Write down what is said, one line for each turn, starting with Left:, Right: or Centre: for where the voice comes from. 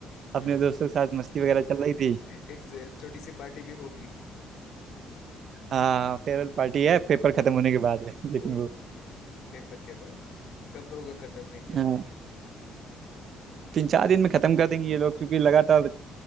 Right: अपने
Left: हम्म।
Right: दोस्तों के साथ मस्ती वगैरह चल रही थी
Left: <laughs> एक छोटी सी पार्टी भी होगी
Right: हाँ फेयरवेल पार्टी है पेपर खत्म होने के बाद है <laughs> लेकिन
Left: वो
Right: वो
Left: पेपर के बाद कब होगा खत्म एग्जाम
Right: हाँ तीन चार दिन में खत्म कर देंगे ये लोग क्योंकि लगातार